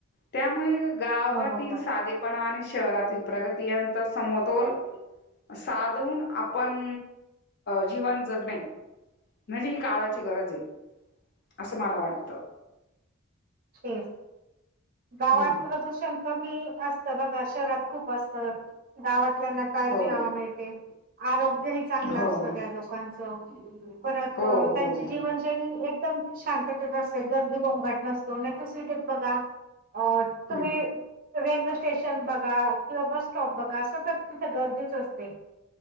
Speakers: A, on the left; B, on the right.
A: त्यामुळे गावातील
B: बरोबर
A: साधेपणा आणि शहरातील प्रगती यांचा समतोल
B: बरोबर
A: साधवून आपण जीवन जगणे. म्हणजे ही काळाची गरज आहे असं मला वाटतं.
B: शेष गावात
A: हम्म
B: प्रदूषण कमी असत बघा. शहरात खूप असतं गावातल्यांना ताजी
A: हो
B: हवा मिळते. आरोग्यही चांगलं
A: हो
B: असतं
A: हो
B: त्या लोकांचं. परत
A: हो
B: त्यांची
A: हो हो.
B: जीवनशैली एकदम शांततेेत असते गर्दी गोंगाट सोनच सीट आहेत बघा अ तुम्ही
A: हं,
B: रेल्वे स्टेशन बघा किंवा बस स्टॉप बघा सतत तिथे गर्दीच असते.